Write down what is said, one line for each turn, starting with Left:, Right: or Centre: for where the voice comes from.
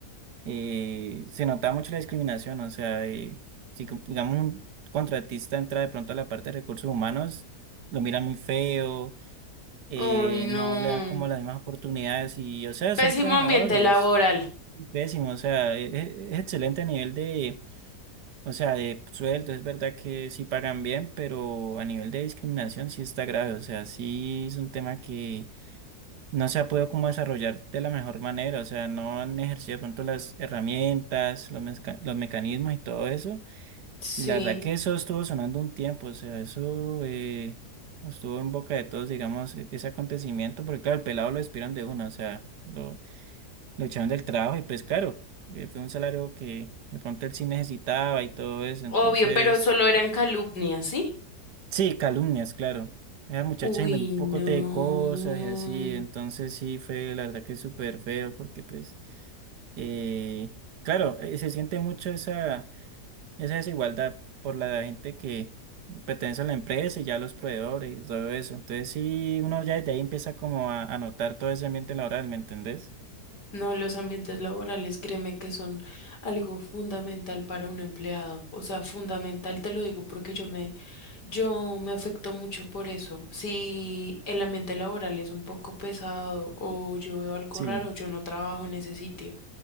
Right: eh, se notaba mucho la discriminación, o sea, eh, si com- digamos un contratista entra de pronto a la parte de recursos humanos, lo miran muy feo, eh,
Left: Ay,
Right: no
Left: no.
Right: le dan como las mismas oportunidades y, o sea,
Left: Pésimo
Right: son trabajadores
Left: ambiente laboral.
Right: pésimos, o sea, e- e- es, excelente a nivel de, o sea, de sueldo, es verdad que sí pagan bien, pero a nivel de discriminación sí está grave, o sea, sí es un tema que no se ha podido como desarrollar de la mejor manera, o sea, no han ejercido de pronto las herramientas, los, mezca- los mecanismos y todo eso.
Left: Sí.
Right: Y la verdad que eso estuvo sonando un tiempo, o sea, eso eh, estuvo en boca de todos, digamos, e- ese acontecimiento, porque claro, el pelado lo despidieron de una, o sea, lo, lo echaron del trabajo y pues claro, eh, fue un salario que de pronto él sí necesitaba y todo eso, entonces...
Left: Obvio, pero solo eran calumnias, ¿sí?
Right: Sí, calumnias, claro. Esa muchacha
Left: Uy,
Right: inventó
Left: no.
Right: un poco de cosas y así, entonces sí fue la verdad que súper feo porque pues, eh, claro, eh, se siente mucho esa, esa desigualdad por la gente que pertenece a la empresa y ya los proveedores y todo eso. Entonces sí, uno ya desde ahí empieza como a, a notar todo ese ambiente laboral, ¿me entendés?
Left: No, los ambientes laborales, créeme que son algo fundamental para un empleado. O sea, fundamental te lo digo porque yo me, yo me afecto mucho por eso. Si el ambiente laboral es un poco pesado o yo veo algo
Right: Sí,
Left: raro, yo no trabajo en ese sitio